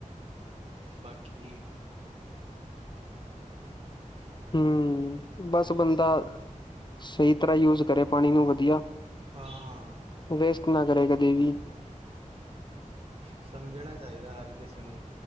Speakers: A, on the right; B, on the left.
A: ਬਾਕੀ
B: ਹਮ ਬਸ ਬੰਦਾ ਸਹੀ ਤਰ੍ਹਾਂ ਯੂਜ ਕਰੇ ਪਾਣੀ ਨੂੰ ਵਧੀਆ
A: ਹਾਂ ਹਾਂ
B: ਵੇਸਟ ਨਾ ਕਰੇਗਾ ਦੇਵੀ
A: ਸਮਝਣਾ ਚਾਹੀਦਾ ਹਰ ਕਿਸੇ ਨੂੰ